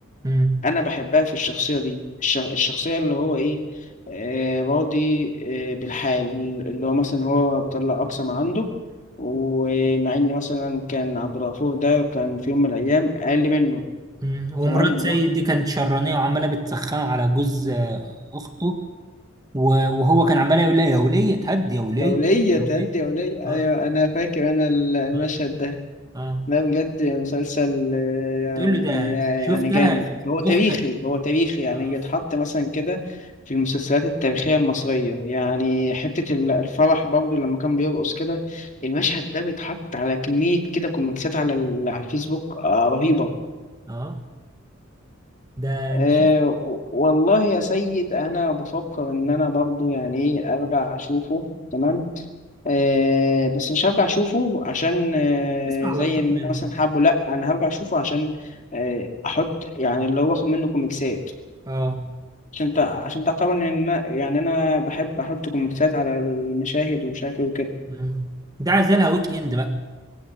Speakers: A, on the right; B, on the left.
A: مم.
B: انا بحبها في الشخصيه دي الش- الشخصيه اللي هو ايه آه راضي آه بالحال اللي هو مثلا هو بيطلع اقصى ما عنده ومع ان مثلا كان عبد الغفور ده كان في يوم من الايام اقل منه
A: مم. ومرات
B: تمام وهو
A: سيد دي كانت شرانية وعمالة بتسخنه على جوز آه، أخته و- وهو كان عمال يقول لي يا وليه اتهد يا وليه
B: يا ولية
A: يا
B: تهدي
A: وليه
B: يا ولية
A: اه
B: أيوة أنا فاكر أنا ال- المشهد
A: اه
B: ده
A: اه
B: ده بجد مسلسل آه، يعني
A: بتقول له ده شفتها
B: يعني جامد
A: في
B: هو تاريخي
A: اختك
B: هو تاريخي يعني
A: اه
B: يتحط مثلا كده في المسلسلات التاريخية المصرية يعني حتة ال- الفرح برضه لما كان بيرقص كده المشهد ده بيتحط على كمية كده كوميكسات على ال- على الفيسبوك آه، رهيبة
A: اه ده
B: أه
A: انا شفت
B: والله يا سيد انا بفكر ان انا برضو يعني ايه ارجع اشوفه تمام أه بس مش هرجع اشوفه عشان أه
A: اسمع
B: زي
A: لقطات
B: ان
A: منه
B: انا مثلا حابه لا انا هرجع اشوفه عشان أه احط يعني اللي هو باخد منه كوميكسات
A: اه
B: عشان تع- عشان تعرف طبعا ان أنا- يعني انا بحب احط كوميكسات على المشاهد ومش عارف ايه وكده
A: مم. ده عزلها ويك اند بقى